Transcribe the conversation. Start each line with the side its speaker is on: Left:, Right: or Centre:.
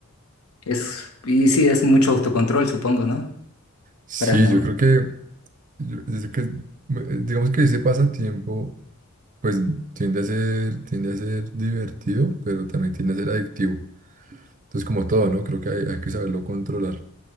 Left: Es, y sí, es mucho autocontrol, supongo, ¿no?
Right: Sí,
Left: Para no,
Right: yo creo que, yo- es que, eh, digamos que ese pasatiempo. Pues tiende a ser, tiende a ser divertido, pero también tiende a ser adictivo. Entonces, como todo, ¿no? Creo que hay, hay que saberlo controlar.